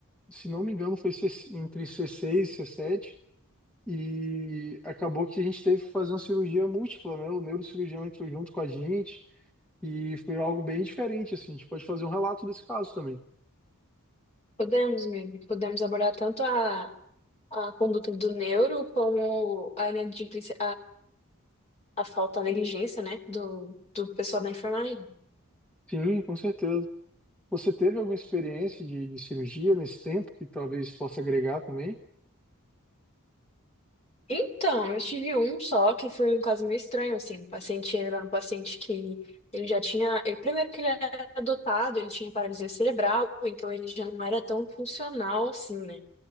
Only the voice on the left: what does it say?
Podemos, mesmo. Podemos abordar tanto a, a conduta do neuro como a, glicosilase a falta, a negligência, né, do, do pessoal da enfermagem.
Então, eu tive um só que foi um caso meio estranho, assim. O paciente era um paciente que ele já tinha. ele- primeiro que ele era adotado, ele tinha paralisia cerebral, então ele já não era tão funcional assim, né?